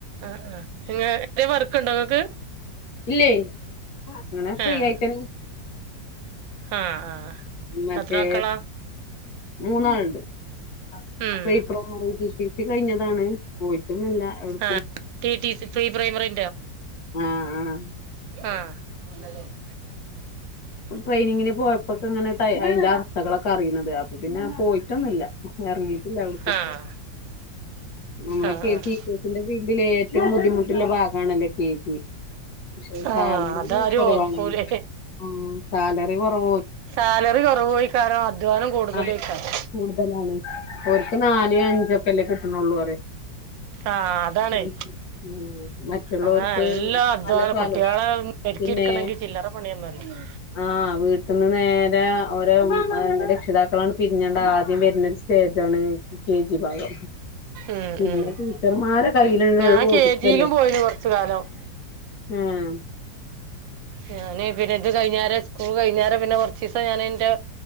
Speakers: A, on the right (about 80°); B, on the left (about 60°).
A: ആഹ് ആഹ് ഇങ്ങനത്തെ വർക്കുണ്ടോ നിങ്ങക്ക്
B: ഇല്ലേ എന്നാ ഫ്രീ
A: ആഹ്
B: ആയിട്ട് ഇറങ്ങ്
A: ആഹ് ആഹ്
B: മറ്റേ
A: എത്ര മക്കളാ
B: മൂന്നാളുണ്ട് <unintelligible>
A: ഉം
B: ടി ടി സി കഴിഞ്ഞതാണ് പോയിട്ടൊന്നുമില്ല എവിടേക്കും
A: ആഹ് T T C pre primary
B: ഉം ഉം
A: ആഹ് മോഡലിംഗ്
B: ട്രെയിനിങ്ങിന് പോയപ്പോക്കെ ഇങ്ങനെ അതിന്റെ അവസ്ഥകളൊക്കെ അറിയണത് അപ്പൊ പിന്നെ പോയിട്ടൊന്നുമില്ല എറങ്ങീട്ടില്ല എവിടേക്കും
A: ആഹ്
B: നമ്മളൊക്കെ
A: ആഹ് ആഹ്
B: ഈ ടീ ടി സിന്റെ ഫീൽഡില് ഏറ്റവും ബുദ്ധിമുട്ടുള്ള ഭാഗം ആണല്ലേ കെ ജി പക്ഷെ
A: ആഹ്
B: സാലറി
A: അതാരും
B: കൊറവാന്ന്
A: ഓർക്കൂലേ
B: തോന്നുന്നു ഉം സാലറി കൊറവ
A: സാലറി കൊറവേയ്ക്കാരം അധ്വാനം കൂടുതലേയ്ക്കാരം
B: ആ കൂടുതലാണ് ഓൽക്ക് നാലും അഞ്ചുക്കെല്ലേ കിട്ടണൊള്ളൂ പറ
A: ആഹ് അതാണേ
B: മറ്റേ മറ്റുള്ളോർക്ക്
A: അതാ നല്ല അധ്വാനം
B: നല്ല സാലറി
A: കുട്ടികളെ ഒരുക്കി
B: പിന്നെ
A: എടുക്കണെങ്കി ചില്ലറ പണിയൊന്നുല്ല
B: ആ വീട്ട്ന്ന് നേരെ ഒൽ രക്ഷിതാക്കങ്ങട് പിരിഞ്ഞാണ്ട് ആദ്യം വര്നൊരു സ്റ്റേജാണ് കെ ജി ഭാഗം
A: ഉം
B: പിന്നെ
A: ഉം
B: ടീച്ചർമാരെ കയ്യില് ഇങ്ങട്ട്
A: ഞാൻ
B: ഒതുക്കല്ലേ
A: കെ ജിയിലും പോയിന് കൊറച്ചു കാലം
B: ഏഹ്
A: ഞാന് പിന്നെ ഇത് കയ്ഞ്ഞാര് സ്കൂള് കഴിഞ്ഞാര് പിന്നെ കൊറച്ചീസം ഞാനിന്റെ